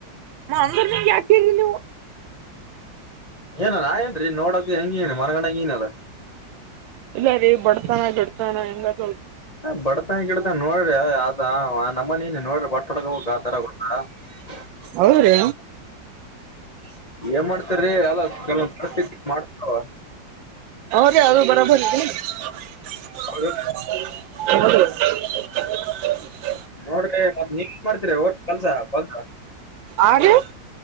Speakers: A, on the right; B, on the left.
A: ಹ ಅಂದ ನಿಗೆ ಯಾಕರಿ ನೀವು.
B: ಏನ ಏನ್ರೀ ನೋಡಕ್ ಹೆಂಗನು ಮರಗಣ ಹೆಂಗನಲ್ಲ.
A: ಇಲ್ಲ <unintelligible>
B: ಬಡತನ ಗಿಡತಾನ ನೋಡ್ರಿ ಅದ ನಮ್ಮನನ್ ನೋಡ್ರಿ ಬಟ್ <unintelligible>
A: ಹೌದ್ರಿ
B: ಏನ್ ಮಾಡ್ತಾರೀ ಎಲ್ಲ ಕೆಲವೊಂದ ಪರಿಸ್ಥಿತಿ ಮಾಡ್ತವ.
A: <unintelligible>
B: <inaudible>
A: ಹೌದ್ರಿ.
B: ನೋಡ್ರಿ ಮತ್ತ್ ನೀವ ಮಾಡ್ತರಿ ಓ ಕೆಲ್ಸಾ ಬಲ್ಸ
A: ಆರಿ.